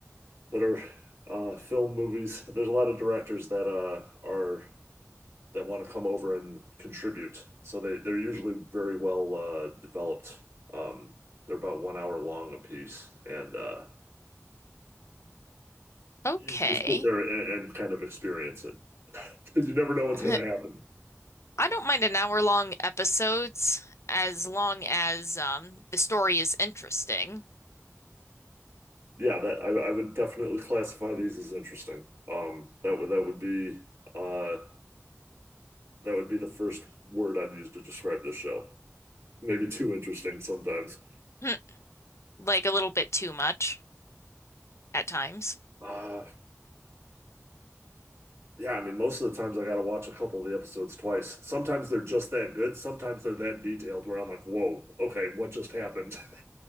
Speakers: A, on the right (about 55°); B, on the left (about 65°).
A: that are uh film movies. There's a lot of directors that uh are that want to come over and contribute. So they, they're usually very well uh, developed. Um, they're about one hour long a piece, and uh,
B: Okay.
A: you just sit there and, and kind of experience it because you never know what's
B: <laughs> I
A: going to happen.
B: don't mind an hour long episodes as long as um the story is interesting.
A: Yeah, that I, I would definitely classify these as interesting. Um, that would that would be uh, that would be the first word I'd use to describe this show. Maybe too interesting sometimes.
B: <laughs> Like a little bit too much at times. <laughs>
A: Uh, Yeah, I mean, most of the times I got to watch a couple of the episodes twice. Sometimes they're just that good. Sometimes they're that detailed where I'm like, whoa, okay, what just happened? <laughs>